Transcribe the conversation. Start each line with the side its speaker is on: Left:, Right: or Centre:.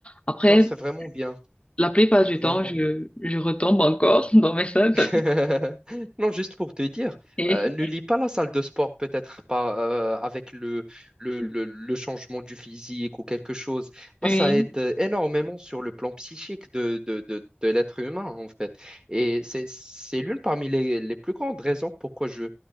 Left: après,
Right: non, c'est vraiment bien,
Left: la plupart du
Right: c'est
Left: temps,
Right: vraiment
Left: je,
Right: bien.
Left: je retombe encore <laughs> dans mes salles.
Right: <laughs>
Left: ça
Right: Non, juste pour te dire,
Left: Et-
Right: euh, ne lis pas la salle de sport, peut-être pas euh, avec le, le, le, le changement du physique ou quelque chose. Bah,
Left: Oui,
Right: ça aide énormément sur le plan psychique de, de, de, de l'être humain, en fait. Et c'est, c'est l'une parmi les, les plus grandes raisons pourquoi je,